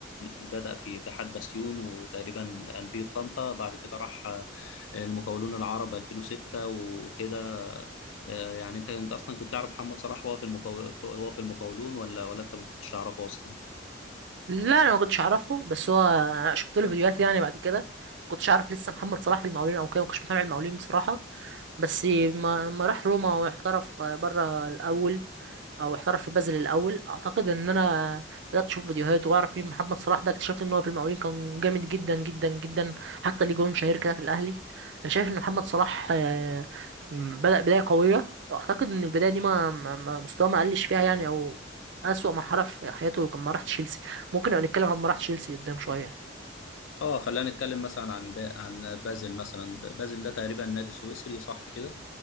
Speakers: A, on the left; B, on the right.
A: بدأ في اتحاد بسيون وتقريبا أندية طنطا بعد كده راح المقاولون العرب 2006 وكده آه، يعني انت انت اصلا كنت تعرف محمد صلاح وهو في المقاول وهو في المقاولون ولا ولا انت ما كنتش تعرفه اصلا
B: لا انا ما كنتش اعرفه بس هو أنا شفت له فيديوهات يعني بعد كده ما كنتش اعرف لسه محمد صلاح في المقاولين او كده ما كنتش متابع المقاولين بصراحه بس ما ما راح روما واحترف بره الاول او احترف في بازل الاول اعتقد ان انا بدات اشوف فيديوهات واعرف مين محمد صلاح ده اكتشفت ان هو في المقاولين كان جامد جدا جدا جدا حتى ليه جون شهير كده في الاهلي انا شايف ان محمد صلاح آه، بدا بدايه قويه اعتقد ان البدايه دي ما ما- ما- مستواه ما قلش فيها يعني او اسوأ مرحله في حياته لما راح تشيلسي ممكن نبقى نتكلم عن ما راح تشيلسي قدام شويه
A: اه خلينا نتكلم مثلا عن با... عن بازل مثلا ب- بازل ده تقريبا نادي سويسري صح كده